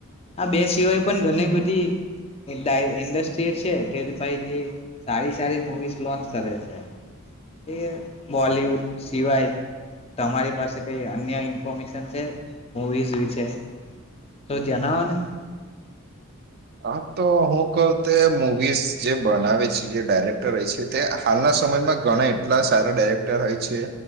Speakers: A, on the left (about 30°); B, on the right (about 45°).
A: આ બે સિવાય પણ ઘણી બધી ઇન્ડસ્ટ્રી એ છે કે ભાઈ જે સારી સારી મુવીસ લોન્ચ કરે છે એ બોલિવુડ સિવાય તમારી પાસે કઈ અન્ય ઇન્ફોર્મેશન છે મવીઝ છે તો જણાવો ને
B: હ તો હું કહઉ તે મુવીઝ જે બનાવે છે જે ડાયરેક્ટર હોય છે તે હાલના સમયમાં ઘણા એટલા સારા ડાયરેક્ટર હોય છે